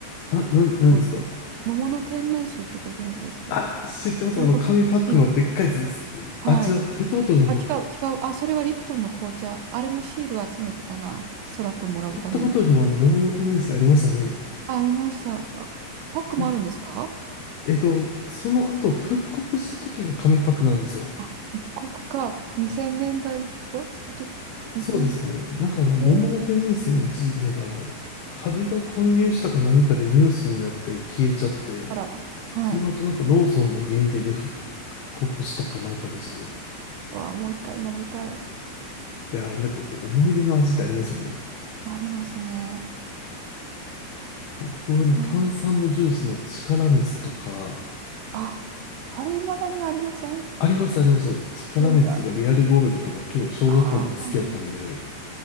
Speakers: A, on the left; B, on the right.
A: あ、なん、なんですか
B: もうね桃の天然水ってご存知ですか
A: あ、知ってます。
B: それこそピンク。
A: あの、紙パックのでっかいやつです。
B: はい。
A: あ、違う。ペットボトルの方か。
B: あ、違う、違う。あ、それはリプトンの紅茶。あれもシール集めてたな。ストラップもらうために。
A: ペットボトルでもあの、桃の天然水ありましたね。
B: あ、ありました。あ、パックもあるんですか
A: なんかえっと、その後復刻した時が紙パックなんですよ。
B: あ、復刻か。2000年代とかそういう時。
A: そうですね。
B: 2000、
A: なんかあの、桃の天然水も一時期なんかあの、
B: えー、
A: カビが混入したか何かでニュースになって消えちゃって、
B: あらま。はい。
A: その後なんかローソンが限定で復刻したかなんかでしたね。
B: わ、もう一回飲みたい。
A: いやーなんかこう思い出の味ってありますよね。
B: ありますね。
A: 僕はあの炭酸のジュースの力水とか、
B: うんあ、あれ未だにありません
A: ありますあります。力水とかリアルゴールドとか結構小学校の時好きやったんで、
B: うわ、あー、はいはい。